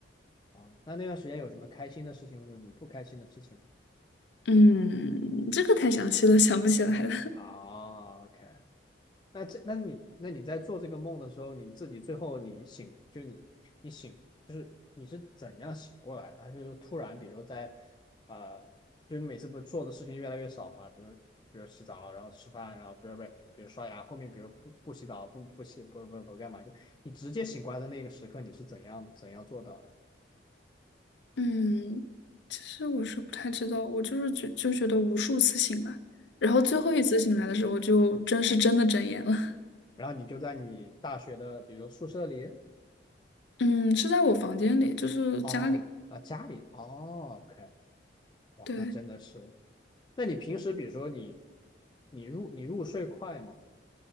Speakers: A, on the left (about 25°); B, on the left (about 70°).
A: 啊，那那段时间有什么开心的事情或者什么不开心的事情吗？
B: 嗯，这个太详细了，想不起来了。
A: 啊，OK，那这那你那你在做这个梦的时候，你自己最后你醒，就你你醒，就是你是怎样醒过来的？还是说突然，比如说在啊、呃就是你每次不是做的事情越来越少嘛？比如比如洗澡，然后吃饭，然后不是不是，比如刷牙，后面比如不不洗澡，不不洗不不不干嘛，就你直接醒过来的那个时刻，你是怎样怎样做到的？
B: 嗯，其实我是不太知道，我就是觉就觉得无数次醒来，然后最后一次醒来的时候，
A: 啊，
B: 就真是真的睁眼了。
A: 然后你就在你大学的，比如宿舍里，
B: <laughs> 嗯，是在我房间里，就是家里。
A: 哦，啊，家里，哦，OK，哇，
B: 对，
A: 那真的是。那你平时比如说你，你入你入睡快吗？